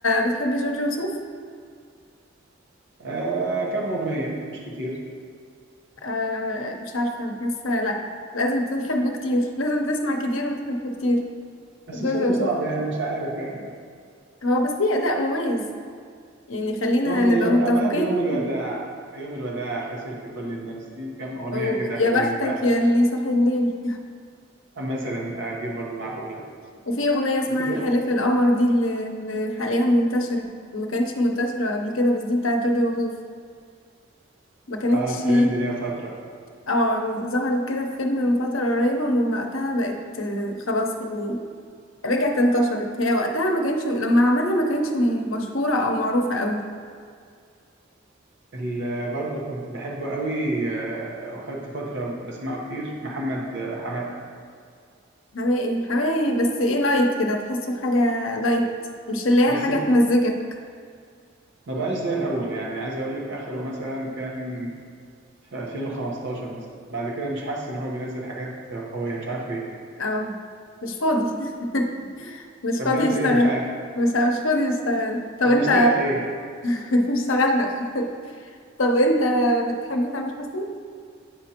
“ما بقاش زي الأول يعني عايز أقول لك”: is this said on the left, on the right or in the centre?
Right